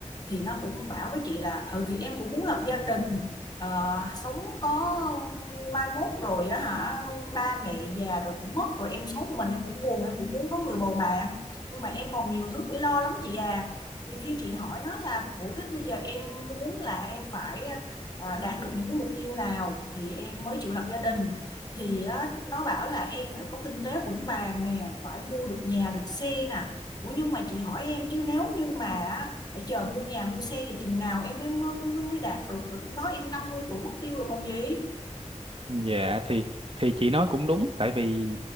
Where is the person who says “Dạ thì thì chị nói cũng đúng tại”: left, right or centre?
Right